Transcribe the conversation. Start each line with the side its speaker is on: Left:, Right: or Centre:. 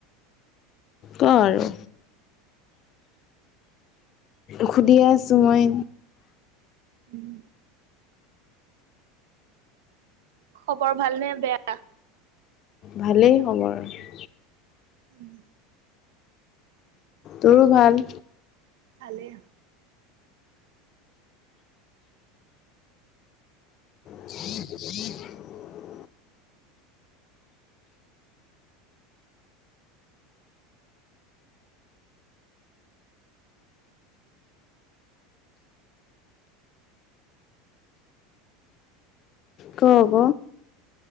Left: ক আৰু খুডিয়াছো মই
Right: উম খবৰ ভাল নে বেয়া?
Left: ভালেই হ'ব আৰু।
Right: উম
Left: তোৰো ভাল?
Right: ভালে।
Left: <unintelligible> ক ক